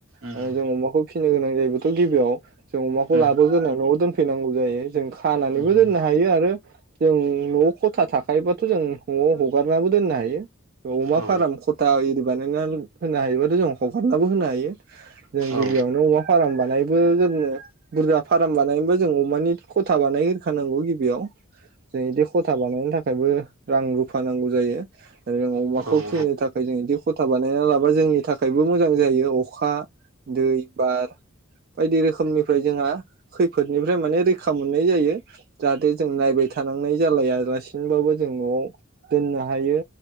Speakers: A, on the right; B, on the right.
A: उम
B: ओ जों अमाखौ फिनो गोनां जायोथ' गिबियाव जों अमाख <unintelligible> न'आव
A: उम
B: दोनफैनांगौ जायो जों खानानैबो
A: उम
B: दोननो हायो आरो जों न'आव खथा थाखायोबाथ' जों न'आव हगारनो दोननो हायो अमा
A: औ
B: फार्म खथा इरि बानायना होनो हायोबाथ' जों हगारनो होनो हायो जों गिबियावनो
A: औ
B: अमा फार्म बानायबो जेननो बुरजा फार्म बानायनोबा जों अमानि खथा बानायह्रखानांगौ गिबियाव जों बिदि खथा बानायनो थाखायबो रां रुफा नांगौ जायो आरो जों अमाखौ
A: उम
B: फिनो थाखाय जों बिदि खथा बानायना लाबा जोंनि थाखायबो मोजां जायो अखा दै बार बायदि रोखोमनि फ्राय जोंहा खैफोदनिफ्राय माने रैखा मोननाय जायो जाहाथे जों नायबाय थानांनाय जालायालासिनोबाबो जों न'आव दोननो हायो